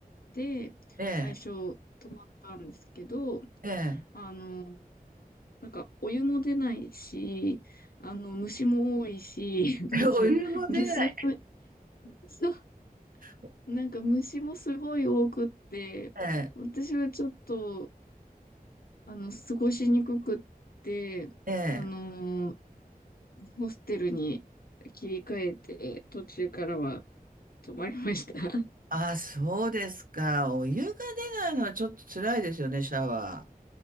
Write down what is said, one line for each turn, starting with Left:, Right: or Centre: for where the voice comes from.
Left: で、
Right: ええ。
Left: 最初泊まったんですけど、
Right: ええ。
Left: あの、なんかお湯も出ないし、あの、虫も多いし、<laughs> なんか下水の、
Right: <laughs> お湯も出ない。
Left: <laughs>
Right: <laughs>
Left: なんか虫もすごい多くって、
Right: ええ。
Left: 私はちょっと、あの、過ごしにくくって、
Right: ええ。
Left: あのーホステルに切り替えて、途中からは泊まりました。<laughs>
Right: ああ、そうですか。お湯が出ないのはちょっと辛いですよね、シャワー。